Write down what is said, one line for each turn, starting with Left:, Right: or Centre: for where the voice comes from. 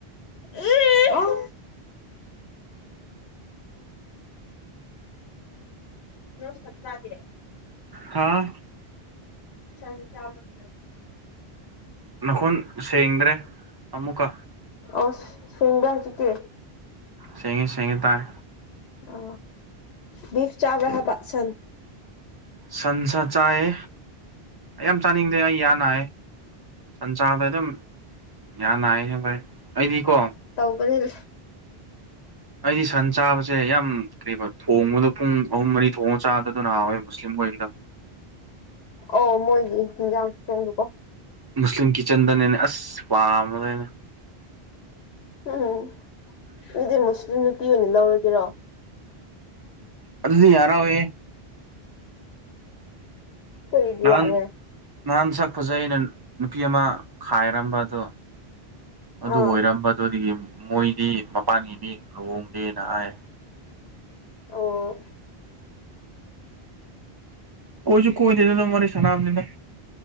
Left: <unintelligible> ꯅꯪ ꯁꯟ ꯆꯥꯗꯦ
Right: ꯍꯥꯥ
Left: ꯁꯟ ꯆꯥꯕ꯭ꯔꯥ ꯁꯟ
Right: ꯅꯈꯣꯟ ꯁꯦꯡꯗ꯭ꯔꯦ ꯑꯃꯨꯛꯀ
Left: ꯑꯣꯁ ꯁꯦꯡꯕ꯭ꯔꯥ ꯍꯨꯖꯤꯛꯇꯤ
Right: ꯁꯦꯡꯉꯦ ꯁꯦꯡꯉꯦ ꯇꯥꯏ
Left: ꯑ ꯕꯤꯐ ꯆꯥꯕ꯭ꯔ ꯍꯥꯏꯕ ꯁꯟ
Right: ꯁꯟꯁꯥ ꯆꯥꯏꯌꯦ ꯌꯥꯝ ꯆꯥꯅꯤꯡꯗꯦ ꯑꯩ ꯌꯥ ꯅꯥꯏ ꯁꯟ ꯆꯥꯕ ꯗꯨꯝ ꯌꯥ ꯅꯥꯏ ꯁꯦꯡꯕꯩ ꯑꯩꯗꯤꯀꯣ
Left: <unintelligible>
Right: ꯑꯩꯗꯤ ꯁꯟ ꯆꯥꯕꯁꯦ ꯌꯥꯝ ꯀ꯭ꯔꯤꯕ ꯊꯣꯡꯕꯗꯣ ꯄꯨꯡ ꯑꯍꯨꯝ ꯃꯔꯤ ꯊꯣꯡꯉ ꯆꯥꯕꯗꯣ ꯗꯨꯅ ꯍꯥꯎꯋꯦ ꯃꯨꯁꯂꯤꯝ ꯍꯣꯏꯒꯤꯗꯣ
Left: ꯑꯣ ꯃꯣꯏꯒꯤ ꯏꯟꯖꯥꯡ ꯊꯣꯡꯗꯨꯀꯣ
Right: ꯃꯨꯁꯂꯤꯝ ꯀꯤꯠꯆꯟꯗꯅꯦꯅꯦ ꯑꯁ ꯄꯥꯝꯕꯗꯣ ꯑꯩꯅ
Left: ꯎꯝ ꯑꯗꯨꯗꯤ ꯃꯨꯁꯂꯤꯝ ꯅꯨꯄꯤ ꯑꯣꯏꯅ ꯂꯧꯔꯒꯦꯔꯣ
Right: ꯑꯗꯨꯗꯤ ꯌꯥꯔꯣꯏꯌꯦ
Left: ꯑꯩꯈꯣꯏꯒꯤꯗꯤ
Right: ꯅꯍꯟ
Left: ꯌꯥꯔꯣꯏ
Right: ꯅꯍꯥꯟ ꯁꯛ ꯐꯖꯩꯅ ꯅꯨꯄꯤ ꯑꯃ ꯈꯥꯏꯔꯝꯕ ꯑꯗꯣ ꯑꯗꯨ
Left: ꯑꯥ
Right: ꯑꯣꯏꯔꯝꯕ ꯑꯗꯨꯗꯒꯤ ꯃꯣꯏꯗꯤ ꯃꯄꯥꯟꯒꯤ ꯃꯤ ꯂꯨꯍꯣꯡꯗꯦꯅ ꯍꯥꯏ
Left: ꯑꯧꯋꯣ
Right: ꯀꯣꯏꯖꯨ ꯀꯣꯏꯗꯦꯗ ꯅꯪ ꯋꯥꯔꯤ ꯁꯥꯟꯅꯕꯅꯤꯗ